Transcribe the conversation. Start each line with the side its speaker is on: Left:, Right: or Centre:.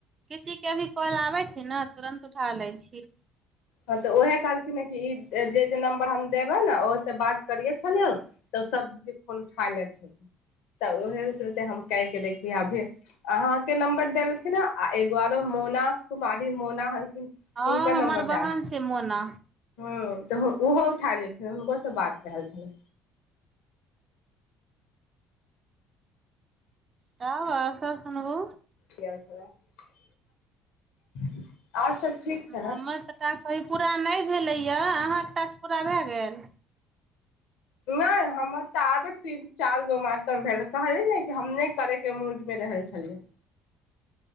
Right: किसी के अभी कल आबे छै ने तुरंत उठा लै छी
Left: हँ तऽ उहे कहलखिन हे ई जे जे नम्बर हम देबे ने ओहिसँ बात करिये छलिय तब सब फोन उठा ले छल तऽ उहे चलते हम क के देखलिय अभी अहाँके नम्बर देलखिन हे आ एगो आरो मोना कुमारी मोना
Right: हँ
Left: हुनकर नम्बर
Right: हमर बहन
Left: दैल
Right: छै से मोना
Left: हँ तऽ ओहो उठा लेलखिन हुनको से बात रहल छल
Right: तव आओर सब सुनबो
Left: <unintelligible> आओर सभ ठीक छै
Right: हमर तऽ टास्क अभी पूरा नहि भेलैया अहाँके टास्क पूरा भए गेल
Left: नहि हमर तऽ आब तीन चारि गो मातम भेल कहलिय ने कि हम नहि करयके मूडमे रह छलियै